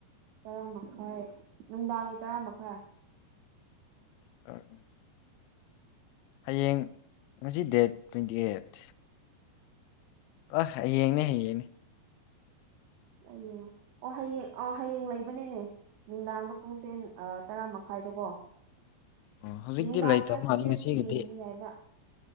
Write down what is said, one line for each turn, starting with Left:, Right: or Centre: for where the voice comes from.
Right: ꯇꯔꯥ ꯃꯈꯥꯏ ꯅꯨꯡꯗꯥꯡꯒꯤ ꯇꯔꯥ ꯃꯈꯥꯏ
Left: <unintelligible> ꯍꯌꯦꯡ ꯉꯁꯤ ꯗꯦꯠ ꯇ꯭ꯋꯦꯟꯇꯤ ꯑꯩꯠ ꯑꯣ ꯌꯦꯡꯅꯦ ꯍꯌꯦꯡꯅꯦ
Right: ꯑꯌꯦꯡ ꯑꯣ ꯍꯌꯦꯡ ꯑꯣ ꯍꯌꯦꯡ ꯂꯩꯕꯅꯤꯅꯦ ꯅꯨꯡꯗꯥꯡꯗ ꯄꯨꯡ ꯇꯦꯟ ꯇꯔꯥ ꯃꯈꯥꯏꯗꯀꯣ
Left: ꯑꯣ ꯍꯧꯖꯤꯛꯇꯤ
Right: ꯅꯨꯡꯗꯥꯡꯅ
Left: ꯂꯩꯇꯕ ꯃꯥꯜꯂꯤ
Right: ꯄꯤꯔꯗꯤ
Left: ꯉꯁꯤꯒꯤꯗꯤ
Right: ꯌꯦꯡꯕ ꯌꯥꯏꯕ